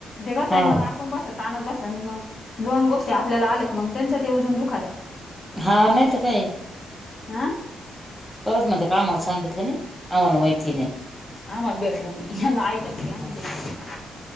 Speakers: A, on the left; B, in the centre.
A: ते कसं
B: हा
A: आहे मग कोण बसत आणत बसन? मंग, दोन गोष्टी आपल्याला आलेत. मग, त्यांच्या ते अजून दुखात आहे.
B: हां. नाही तर काय!
A: आं
B: परत म्हणते का आम्हाला सांगितलं नाही? आम्हाला माहिती नाही.
A: आम्हाला भेटल नाही. ह्यांना आयत घरी आणून
B: हा
A: द्यायचं.